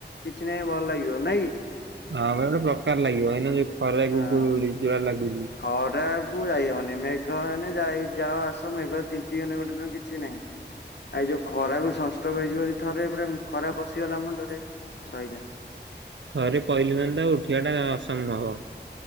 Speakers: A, on the left (about 65°); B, on the right (about 80°).
A: କିଛି ନାଇଁ ଭଲ ଲାଗିବ ନାଇଁ କି?
B: <unintelligible>
A: ହଁ। ଖରାକୁ ଯାଇହବନି ମେଘ ମାନେ ଯାଇ ଯାଅ ଆସ ମେଘରେ ତିନ୍ତି ଗଲେ ଗୋଟେ ଦିନ କିଛି ନାହିଁ ଆଇ ଯଉ ଖରାକୁ ସଂଷ୍ଟ୍ରୋକ୍ ହେଇଯିବ ଯଦି ଥରେ ଖରା ପଶିଗଲା ମୁଣ୍ଡରେ ସଇଲା।
B: ଥରେ ପଇଲି ମାନେ ଟା ଉଠିବା ଟା ଅସମ୍ଭବ।